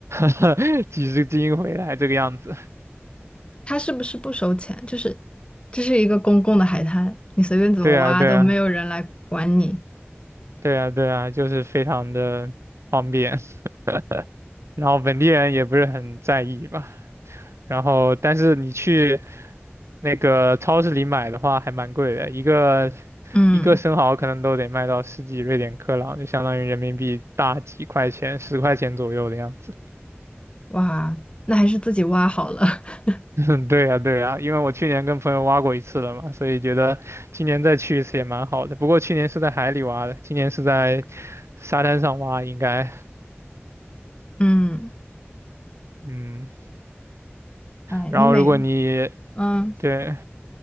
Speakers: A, on the right; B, on the left.
A: <laughs> 几十斤回来，这个样子。
B: 他是不是不收钱？就是这是一个公共的海滩，你随便怎么挖都没有人来管你。
A: 对啊，对啊，对啊，对啊，就是非常的方便。<laughs> 然后本地人也不是很在意吧，然后但是你去那个超市里买的话，还蛮贵的，一个
B: 嗯
A: 一个生蚝可能都得卖到十几瑞典克朗，就相当于人民币大几块钱，十块钱左右的样子。
B: 哇，那还是自己挖好了。<laughs>
A: <laughs> 对呀，对呀，因为我去年跟朋友挖过一次了嘛，所以觉得今年再去一次也蛮好的。不过去年是在海里挖的，今年是在沙滩上挖，应该，
B: 嗯，
A: 嗯。
B: 哎，
A: 然后如果你
B: 你每嗯，
A: 对